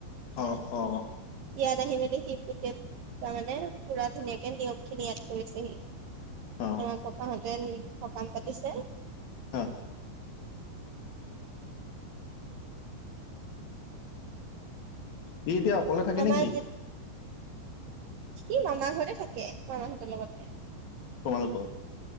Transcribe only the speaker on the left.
অ', অ',
অ',
হাঁ? সি এতিয়া অকলে থাকে
নেকি?
তোমালোকৰ